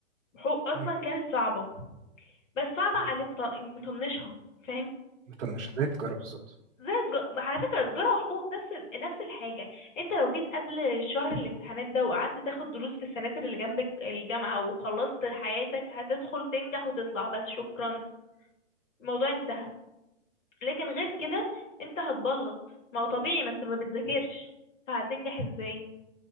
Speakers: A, on the left; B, on the right.
A: حقوق اصلا
B: مم.
A: كانت صعبه بس صعبه
B: مم.
A: على اللي مط- مطنشها فاهم
B: مطنشه زي التجاره بالظبط
A: زي الج... على فكره تجاره وحقوق نفس ال... نفس الحاجه انت لو جيت قبل شهر الامتحانات ده وقعدت تاخد دروس في السناتر اللي جنب الجامعه وخلصت حياتك هتدخل تنجح وتطلع بس شكرا الموضوع انتهى لكن غير كده انت هتبلط ما هو طبيعي ما انت ما بتذاكرش فهتنجح ازاي